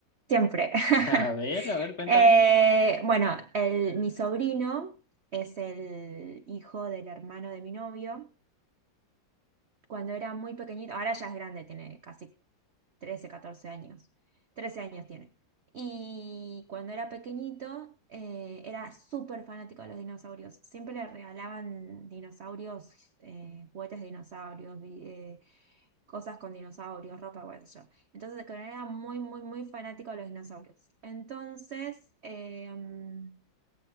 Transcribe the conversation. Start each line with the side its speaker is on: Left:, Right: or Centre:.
Right: siempre. <laughs>
Left: A ver, a ver, cuéntame.
Right: Eh, bueno, el- mi sobrino es el hijo del hermano de mi novio. Cuando era muy pequeñito, ahora ya es grande, tiene casi 13, 14 años. 13 años tiene. Y cuando era pequeñito, eh, era súper fanático de los dinosaurios. Siempre le regalaban dinosaurios, eh, juguetes de dinosaurios, vi- eh, cosas con dinosaurios, ropa, qué sé yo. Entonces, que era muy, muy, muy fanático de los dinosaurios. Entonces, em,